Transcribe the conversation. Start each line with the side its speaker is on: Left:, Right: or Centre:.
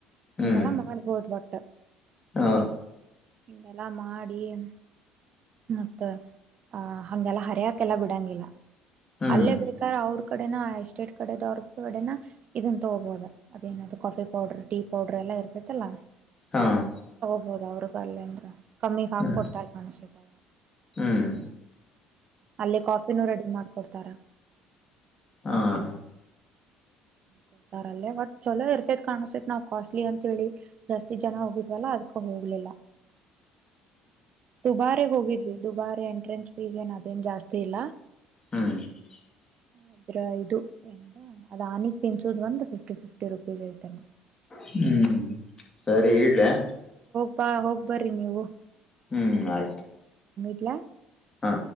Left: ಹ್ಮ್
Right: ಹಿಗೆಲ್ಲ ಮಾಡ್ಬೋದು ಬಟ್?
Left: ಹ್ಮ್ ಹ
Right: <inaudible> ಹಿಗೆಲ್ಲ, ಮಾಡಿ? <inaudible> ಮತ್ತ, ಅ, ಹಗೆಲ್ಲ! ಹರೆಯಕೆಲ್ಲ, ಬಿಡಂಗಿಲ್ಲ? <inaudible>
Left: ಹ್ಮ್
Right: ಅಲ್ಲೇ, ಬೇಕಾದರೆ ಅವರು? <inaudible> ಕಡೆೇನಾ, ಎಸ್ಟೇಟ್, ಕಡೆ, ಅವರು, ಕಾಡೆನಾ, ಇದನ್ ತಗೋಬಹುದು! ಅದೇನದು, ಕಾಫಿ, ಪೌಡರ್, ಟೀ, ಪೌಡರ್, ಎಲ್ಲ? <inaudible> ಅವ್ರ್ ಜೊತೆ ಲಾ? <inaudible>
Left: ಹಾ! <inaudible>
Right: ನೋಡು ಅವರಿಗೆ, ಅಲ್ಲಿ, ಅಂದ್ರೆ ಕಮ್ಮಿಯಾಗಿ ಹಾಕಿಕೊಡೂತಲೆ?
Left: ಹ್ಮ್
Right: <inaudible> ನಾನುಸೆಟ್ಟ, ಅವರು,
Left: ಹ್ಮ್
Right: ಅಲ್ಲೇ, ಕಾಫಿನೂ, ರೆಡಿ, ಮಾಡ್ಕ? <inaudible> ಕೊಡ್ತಾರ? <inaudible>
Left: ಹ, ಹಾ? <inaudible>
Right: ಕೊಡ್ತಾರಲ್ಲೇ, ಬಟ್ ಚಲೋ! ಇರ್ತೈತ್ ಕಾಣಿಸ್ತೈತ್, ನಾವ್, ಕಾಸ್ಟ್ಲಿ, ಅಂತ ಹೇಳಿ, ಜಾಸ್ತಿ ಜನ, ಹೋಗಿದ್ವಲ್ಲ! ಅದಕ ಹೋಗ? <inaudible> ಇಲ್ಲ, ಇಲ್ಲ? <inaudible>
Left: <inaudible> <unintelligible>
Right: ದುಬಾರೆ, ಹೋಗಿದ್ವಿ! ದುಬಾರಿ ಎಂಟ್ರೆನ್ಸ್ ಫೀಸ್ ಏನು, ಅದೇನ್ ಜಾಸ್ತಿ ಇಲ್ಲ? <inaudible>
Left: ಹ್ಮ್. <inaudible>
Right: ಒಬ್ಬರು, ಇದು ಏನದು, ರಾಣಿ! ಇಂಟರ್ವ್ಯೂ ಬಂದು ಫಿಫ್ಟಿ, ಫಿಫ್ಟಿ, ಆಯ್ತು, ಏನೋ? <inaudible>
Left: ಹ್ಮ್, ಸರಿ, ಇಡ್ಲಾ? <inaudible>
Right: ಪ್ಪಾ, ಹೋಗ್ಬರ್ರಿ ನೀವು? <inaudible>
Left: ಹ್ಮ್ ಆಯ್ತು
Right: ಇ
Left: ಹಾ